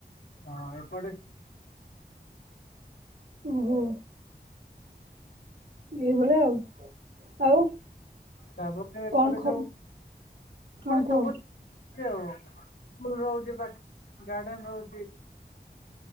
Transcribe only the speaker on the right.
ଓହୋ ଏଇଭଳିଆ ଆଉ। ଆଉ
କଣ ଖ
ହଁ
କୁହ